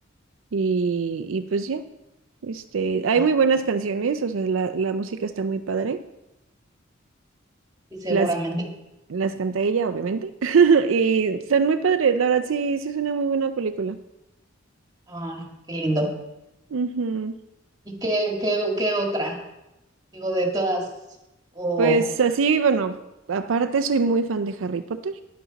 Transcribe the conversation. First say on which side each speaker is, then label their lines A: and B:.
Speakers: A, on the right (about 75°); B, on the right (about 20°).
A: Y, y pues ya. Este, hay
B: Ah,
A: muy buenas canciones, o sea, la, la música está muy padre.
B: y seguramente.
A: Las, las canta ella, obviamente. <laughs> Y están muy padres, la verdad sí, sí es una muy buena película.
B: Ah, qué lindo.
A: Ujú.
B: ¿Y qué, qué, qué otra? Digo, de todas, o...
A: Pues así, bueno, aparte soy muy fan de Harry Potter.